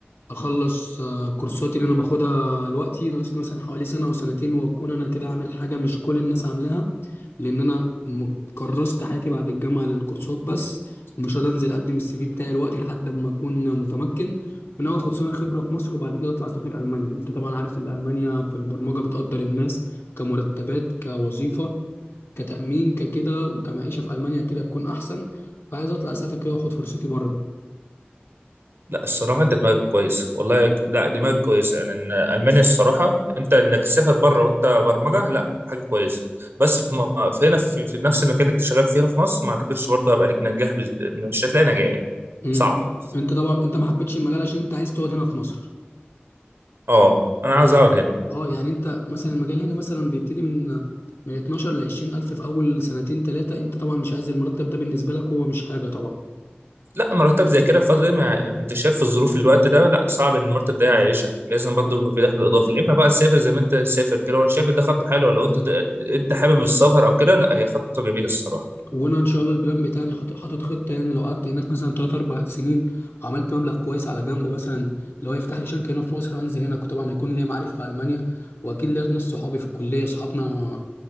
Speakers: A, on the left; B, on the right.
A: اخلص آه، كورساتي اللي انا باخدها دلوقتي ناقص لي مثلا حوالي سنه او سنتين واكون انا كده عامل حاجه مش كل الناس عاملاها لان انا م- كرست حياتي بعد الجامعه للكورسات بس ومش هقدر انزل اقدم السي في بتاعي دلوقتي لحد ما اكون متمكن وناوي اخد سنه خبره في مصر وبعد كده اطلع اسافر المانيا انت طبعا عارف ان المانيا في البرمجه بتقدر الناس كمرتبات كوظيفه كتامين ككده وكمعيشه في المانيا كده تكون احسن فعايز اطلع اسافر كده واخد فرصتي بره
B: لا الصراحه انت دماغك كويس والله لا دماغك كويس يعني ان المانيا الصراحه انت انك تسافر بره وانت برمجه لا حاجه كويسه بس في, م... في هنا في, في نفس المكان اللي انت شغال فيه هنا في مصر ما اعتقدش برضه هيبقى ليك نجاح بز... مش هتلاقي نجاح
A: مم.
B: صعب
A: انت طبعا انت ما حبيتش المجال عشان انت عايز تقعد هنا في مصر
B: اه انا
A: بس
B: عاوز اقعد هنا
A: اه يعني انت مثلا المجال هنا مثلا بيبتدي من من 12 ل 20 الف في اول سنتين ثلاثه انت طبعا مش عايز المرتب ده بالنسبه لك هو مش حاجه طبعا
B: لا مرتب زي كده الفترة دي ما ما انت شايف في الظروف في الوقت ده لا صعب ان المرتب ده يعيشك لازم برضه
A: اه
B: يبقى في دخل اضافي يا اما بقى تسافر زي ما انت تسافر كده وانا شايف إن ده خطوه حلوه لو انت ت- انت حابب السفر او كده لا هي خطوه جميله الصراحه
A: وانا ان شاء الله البلان بتاعي حاطط حاطط خطه يعني لو قعدت هناك مثلا 3 4 سنين وعملت مبلغ كويس على جنب مثلا لو يفتح لي شركه هنا في مصر وانزل هنا طبعا هيكون ليا معارف في المانيا واكيد ليا ناس صحابي في الكليه اصحابنا